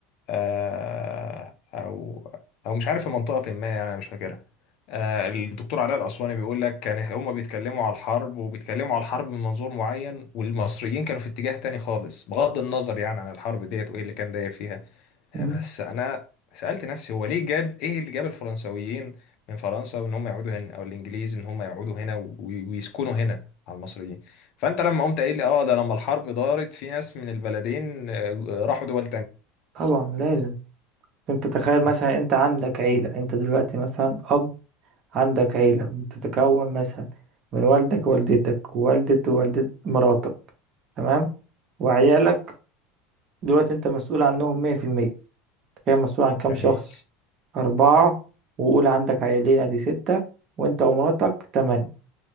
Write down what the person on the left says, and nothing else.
آه، او او مش عارف في منطقه ما يعني انا مش فاكرها آه، الدكتور علاء الاسواني بيقول لك كان هم بيتكلموا على الحرب وبيتكلموا على الحرب من منظور معين والمصريين كانوا في اتجاه تاني خالص بغض النظر يعني عن الحرب ديت وايه اللي كان داير فيها
آه، بس انا سالت نفسي هو ليه جاب ايه اللي جاب الفرنسويين من فرنسا وان هم يقعدوا هنا او الانجليز ان هم يقعدوا هنا وي- ويسكنوا هنا على المصريين فانت لما قمت قايل لي اه ده لما الحرب دارت في ناس من البلدين آه، راحوا دول
تانية
جميل